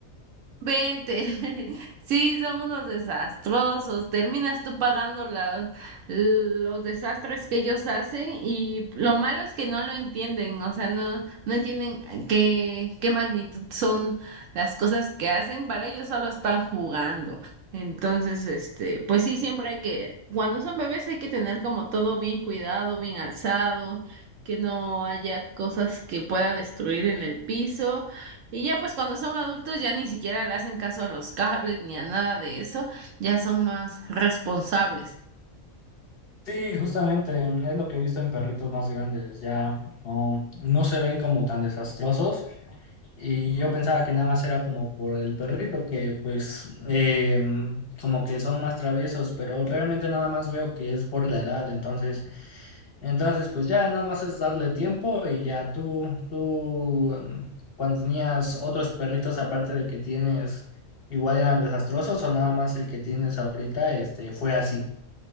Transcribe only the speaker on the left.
Sí, justamente mm, es lo que he visto en perritos más grandes, ya no, no se ven como tan desastrosos. Y yo pensaba que nada más era como por el perrito, que pues eh, como que son más traviesos, pero realmente nada más veo que es por la edad, entonces, entonces pues ya nada más es darle tiempo y ya tú, tú mm, cuando tenías otros perritos aparte del que tienes, igual eran desastrosos o nada más el que tienes ahorita, este, fue así.